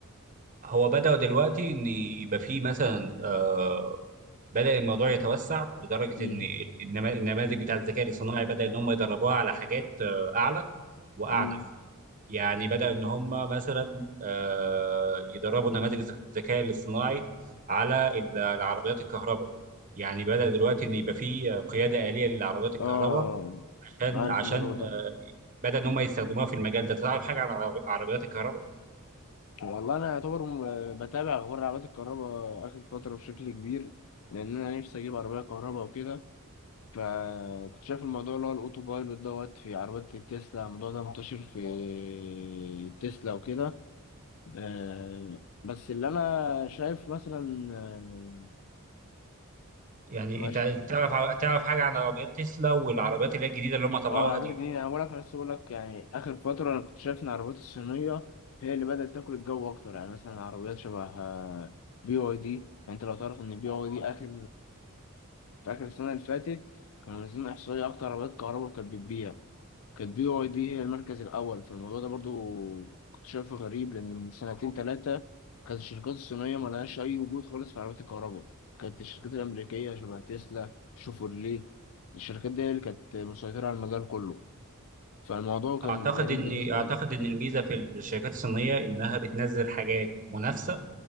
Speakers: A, on the right; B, on the left.
A: هو بدأوا دلوقتي ان يبقى في مثلا آه، بدأ الموضوع يتوسع لدرجة
B: مم.
A: إن النما- النماذج بتاعة الذكاء الاصطناعي بدأ إن هم يدربوها على حاجات آه، أعلى وأعنف
B: مم.
A: يعني بدأ إن هم مثلا آه، يدربوا نماذج الذك- الذكاء الاصطناعي على ال- العربيات الكهرباء يعني بدأ دلوقتي إن يبقى في قيادة آلية للعربيات الكهرباء
B: اه
A: عشان
B: عارف
A: عشان
B: الموضوع ده
A: آه، بدأ إن هم يستخدموها في المجال ده تعرف حاجة عن عرب- عربيات الكهرباء؟
B: والله انا يعتبر م- بتابع اخبار عربيات الكهرباء اخر فتره بشكل كبير لان انا نفسي اجيب عربيه كهرباء وكده فكنت شايف الموضوع اللي هو الاوتو بايلوت دوت في عربيات التسلا الموضوع ده منتشر في تسلا وكده آه، بس اللي انا شايف مثلا آه،
A: يعني
B: مش
A: أنت تعرف تعرف حاجة عن عربيات تسلا والعربيات اللي هي الجديدة اللي هم طلعوها
B: اه العربيات
A: دي؟
B: الجديدة انا بقولك انا لسه بقولك يعني اخر فترة انا كنت شايف ان العربيات الصينية هي اللي بدأت تاكل الجو اكتر يعني مثلا عربيات شبه آه، بي واي دي يعني انت لو تعرف ان بي واي دي اخر في آخر السنة اللي فاتت كانوا منزلين إحصائية أكتر عربيات كهرباء كانت بتبيع كانت بي واي دي هي المركز الأول فالموضوع ده برضو كنت شايفه غريب لأن من سنتين تلاتة كانت الشركات الصينية ملهاش أي وجود خالص في عربيات الكهرباء كانت الشركات الأمريكية شبه تسلا شوفورليه الشركات دي هي اللي كانت مسيطرة على المجال كله فالموضوع كان
A: اعتقد
B: غريب
A: ان
B: بالنسبة
A: اعتقد
B: لي
A: ان الميزه في ال- في الشركات الصينيه انها بتنزل حاجات منافسه